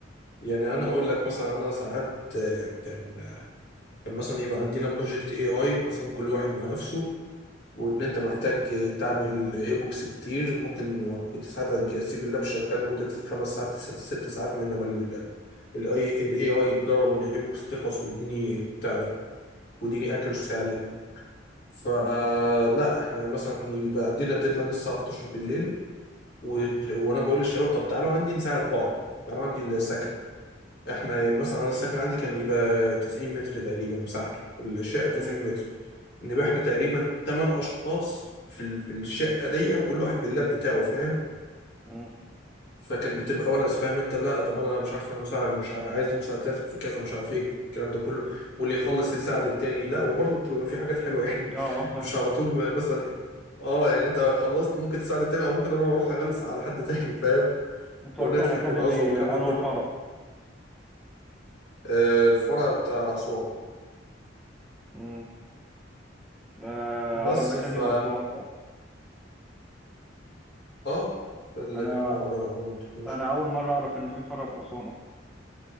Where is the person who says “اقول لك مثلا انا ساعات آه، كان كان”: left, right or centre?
Left